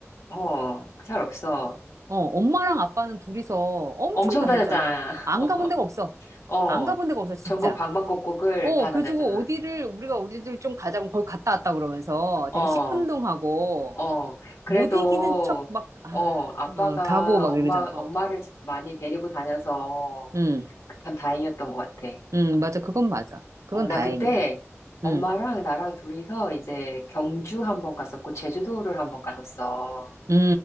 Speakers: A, on the left (about 65°); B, on the right (about 80°).
A: 어, 잘 없어.
B: 어, 엄마랑 아빠는 둘이서 엄청
A: 엄청
B: 다녔잖아.
A: 다녔잖아.
B: 안
A: <laughs>
B: 가본 데가 없어.
A: 어, 어.
B: 안 가본 데가 없어, 진짜.
A: 전국 방방곡곡을
B: 어,
A: 다 다녔잖아.
B: 그래가지고 어디를, 우리가 어디를 좀 가자고 거기 갔다 왔다 그러면서
A: 어,
B: 되게 시큰둥하고
A: 어. 그래도,
B: 못 이기는 척 막, 아,
A: 어, 아빠가
B: 어, 가고 막
A: 엄마,
B: 이러잖아. 어.
A: 엄마를 많이 데리고 다녀서
B: 응,
A: 그 참 다행이었던 것 같아.
B: 응, 맞아. 그건 맞아. 그건
A: 어, 나
B: 다행이야.
A: 그때 엄마랑
B: 응.
A: 나랑 둘이서 이제 경주 한 번 갔었고, 제주도를 한 번 갔었어.
B: 음,